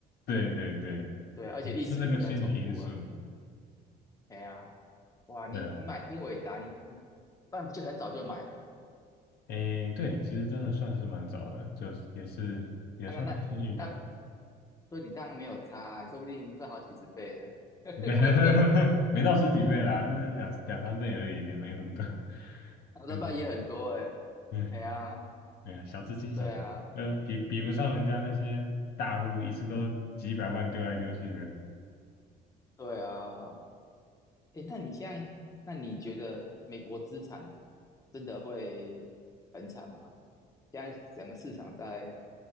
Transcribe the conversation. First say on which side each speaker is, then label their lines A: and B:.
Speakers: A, on the left (about 65°); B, on the left (about 20°).
A: 对对对，
B: 对啊而且历史一直在重复啊。
A: 是那个心理因素。
B: 哎呀，哇，你你买英伟达，
A: 对啊。
B: 你你不然不就很早就买了？
A: 诶，对，其实真的算是蛮早的，就是也是也算是幸运的吧，
B: 啊、那那你当所以你当然没有差啊、你说不定赚好几十倍了。<laughs>
A: <laughs> 没到十几倍啦，就是两两三倍而已，也没有很多。<laughs>
B: 然后这半也很多哎、
A: 嗯
B: 欸
A: 嗯，
B: 哎呀，
A: 对，小资金小，
B: 对啊，
A: 呃，比比不上人家那些大户，一次都几百万丢来丢去的，
B: 对啊。诶，那你现在，那你觉得美国资产真的会很惨吗？现在整个市场在